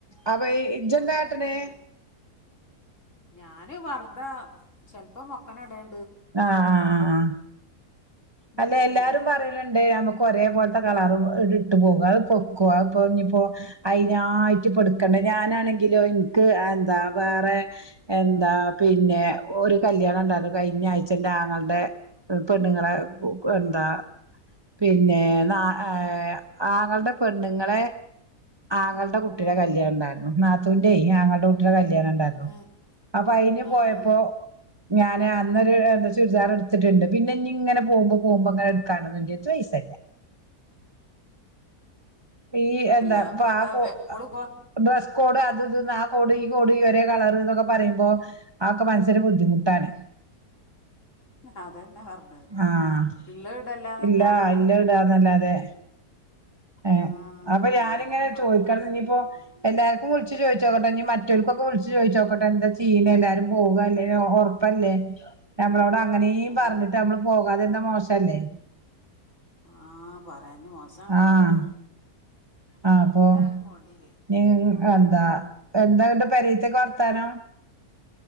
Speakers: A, on the right (about 20°); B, on the left (about 50°).
A: അപ്പൊ ഇജ്ജെന്താട്ടല്
B: അങ്ങനെണ്ട്ല്ലേ ഞാന് വർഥ ചെൽപ്പം മൊക്കന ഇടാൻ
A: ആഹ് ആഹ് അ ആ അല്ലേ
B: ഉം
A: എല്ലാരും പറയലുണ്ട് നമുക്ക് ക്ക് ഒരേ പോലത്തെ കളറും ഇത് ഇട്ട് പോകും അത്പ്പൊക്കോ അതിപ്പോ ഇനിയിപ്പോ അയിനായിട്ട് പ്പെടുക്കണ്ടെ ഞാനാണെങ്കിലോ ഇൻക്ക് എന്താ വേറെ എന്താ പിന്നെ ഒരു കല്യാണം ണ്ടാരുന്നു കഴിഞ്ഞ ആഴ്ച എൻ്റെ ആങ്ങൾടെ പെണ്ണുങ്ങളെ കൊ കൊ എന്താ പിന്നെ ന ഏ ആങ്ങൾടെ പെണ്ണുങ്ങളെ ആങ്ങൾടെ കുട്ടിടെ
B: ആഹ്
A: കല്യാണം ഉണ്ടായിരുന്നു നാത്തൂന്റെ ആങ്ങൾടെ കുട്ടിടെ കല്യാണം ഉണ്ടായിരുന്നു
B: ഏഹ്
A: അപ്പൊ അയിന് പോയപ്പോ
B: ആഹ്
A: ഞാന് അ അന്നൊരു എന്താ ചുരിദാർ എടുത്തിട്ടുണ്ട് പിന്നെ ഇനി ഇങ്ങനെ പോവുമ്പം പോവുമ്പം ഇങ്ങനെ എടുക്കാനൊന്നും ഇൻ്റെടുത്ത് പൈസല്ല ഈ എന്താ
B: എല്ലാ ഇപ്പത്താ
A: പ കോ
B: എപ്പളും ഇപ്പ
A: ഡ്രസ്സ് കോഡ് അതിതും ആ കോഡ് ഈ കോഡ് ഒരേ കളർന്നൊക്കെ പറയുമ്പോ ആക്ക മനസ് ത്തരെ ബുദ്ധിമുട്ടാണ്
B: അതന്നെ പറഞ്ഞത്
A: ആഹ്
B: ഇള്ളത് ഇടല്ലാതെ
A: ഇല്ലാ
B: എന്താട്ടണ്
A: ഇല്ല ഇടാന്നല്ലാതെ ഏ
B: ആഹ്
A: അപ്പം ഞാനിങ്ങനെ
B: എല്ലാത്തിനും വേണ്ട
A: ചോദിക്കണം
B: പൈസ
A: ഇനിയിപ്പോ എല്ലാർക്കും വിളിച്ച് ചോയിച്ചോക്കട്ടെ ഇനി മറ്റോൽക്കു ക്ക് വിളിച്ചു ചോയിച്ചോക്ക <unintelligible> എന്താ ചെയ്യീണ എല്ലാരും പോകല്ലേ ഒറപ്പല്ലേ നമ്മളോട് അങ്ങനേയും
B: ആഹ്
A: പറഞ്ഞിട്ട് നമ്മള് പോ പോകാതിരുന്നാ മോശല്ലേ
B: ആഹ് പറയാഞ്ഞ് മോശാ പറയാണ്ടോ
A: ആഹ് ആ അപ്പൊ
B: എന്തായാലും പോണ്ടീല്ലേ
A: നിങ് എന്താ എന്താണ്ട് പെരയ്ത്തെക്കെ വർ ത്താനം